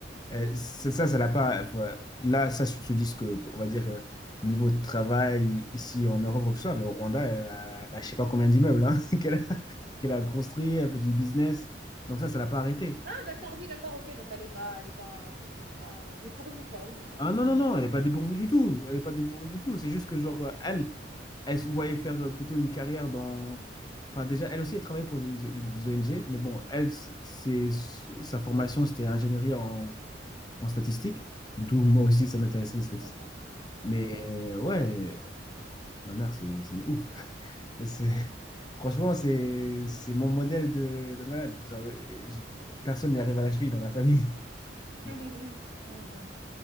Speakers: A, on the left; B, on the right.
A: Euh, ça, ça ça l'a pas. enfin, là, ça, se disent que, on va dire, euh, niveau de travail ici en Europe, ou que ce soit, mais au Rwanda, elle a, elle a je sais pas combien d'immeubles hein, <laughs> qu'elle a, qu'elle a construit, elle fait du business. Donc, ça, ça l'a pas arrêté.
B: Ah, d'accord, oui, d'accord, ok. Donc, elle est pas, elle est pas, elle est pas dépourvue, quoi, oui. elle
A: Ah
B: est-
A: non, non, non,
B: Ok,
A: elle n'est pas
B: d'accord,
A: dépourvue du tout. Elle n'est pas dépourvue du tout. C'est juste que, genre, euh, elle, elle se voyait faire euh, plutôt une carrière dans. Enfin, déjà, elle aussi, elle travaille pour des, des ONG, mais bon, elle, c'est, sa formation, c'était ingénierie en, en statistique, d'où moi aussi, ça m'intéressait les statistiques.
B: d'accord.
A: Mais
B: Mhm,
A: ouais, ma mère, c'est c'est une ouf. C'est-
B: mhm.
A: <laughs> Franchement, c'est c'est mon modèle de, de malade. Genre, euh, je- personne n'y arrive à la cheville dans la famille. <laughs>
B: <laughs> Bon, bah,